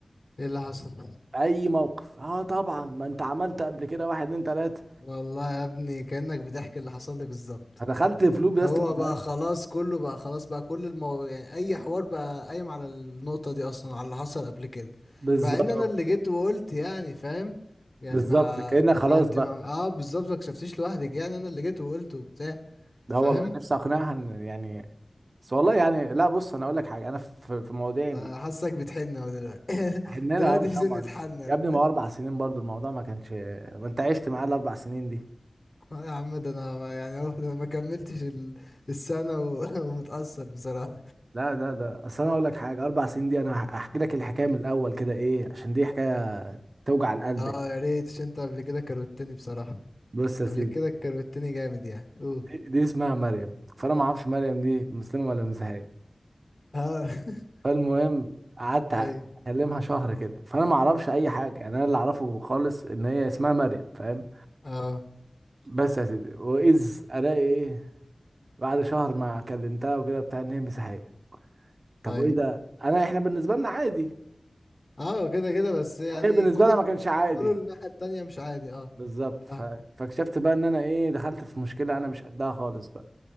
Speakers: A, on the left (about 45°); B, on the right (about 60°).
A: ايه اللي حصل
B: اي موقف اه طبعا ما انت عملت قبل كده واحد اتنين تلاته
A: والله يا ابني كأنك بتحكي اللي حصل لي بالظبط
B: فدخلت في لوب يا
A: هو
B: اسطى ما فيهاش
A: بقى خلاص كله بقى خلاص بقى كل المو... يعني اي حوار بقى قايم على النقطة دي اصلا على اللي حصل قبل كده
B: بالظبط
A: مع ان انا اللي جيت وقلت يعني فاهم يعني
B: بالظبط
A: مع
B: كأنك
A: ما
B: خلاص
A: تع- انت
B: بقى
A: ما... اه بالظبط ما كشفتيش لوحدك يعني انا اللي جيت وقلت وبتاع
B: ده
A: فاهم
B: والله نفسي اقنعها ان يعني بس والله يعني لا بص انا اقول لك حاجه انا في في مواضيع ال-
A: فحاسك بتحن اهو دلوقتي
B: حنينها
A: <laughs> دلوقتي
B: قوي طبعا
A: في سنة حن أهو.
B: يا ابني ما هو اربع سنين برضو الموضوع ما كانش ما انت عشت معاه الاربع سنين دي
A: آه يا عم ده انا ما- يعني اهو ده انا ما كملتش ال... السنة و... <laughs> ومتأثر بصراحة
B: لا ده ده اصل انا اقول لك حاجه اربع سنين دي انا هح- هحكي لك الحكايه من الاول كده ايه عشان دي حكايه توجع القلب
A: اه
B: يعني
A: يا ريت عشان انت قبل كده كروتني بصراحة
B: بص يا
A: قبل
B: سيدي
A: كده كروتني جامد يعني اوه
B: دي, دي اسمها مريم فانا ما اعرفش مريم دي مسلمه ولا مسيحيه
A: اه <laughs>
B: فالمهم قعدت أ-
A: اي
B: اكلمها شهر كده فانا ما اعرفش اي حاجه يعني انا اللي اعرفه خالص ان هي اسمها مريم فاهم
A: اه
B: بس يا سيدي واذ الاقي ايه بعد شهر ما كلمتها وكده بتاع ان هي مسيحيه طب
A: اي
B: وايه ده انا احنا بالنسبه لنا عادي
A: اه كده كده بس يعني
B: هي بالنسبه
A: كل
B: لنا
A: واحد
B: ما كانش عادي
A: بالنسبه له الناحيه التانية مش عادي اه
B: بالظبط ف...
A: فاهم
B: فاكتشفت بقى ان انا ايه دخلت في مشكله انا مش قدها خالص بقى